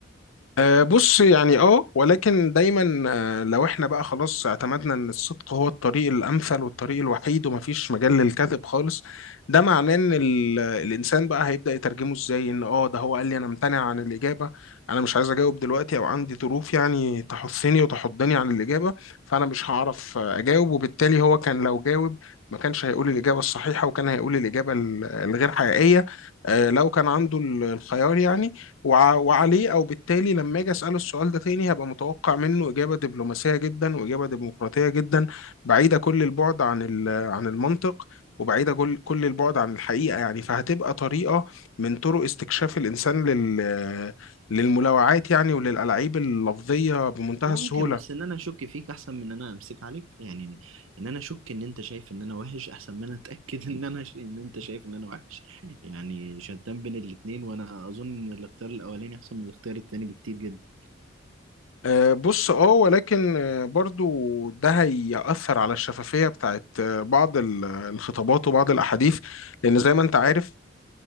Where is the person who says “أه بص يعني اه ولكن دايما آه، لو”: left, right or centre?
Left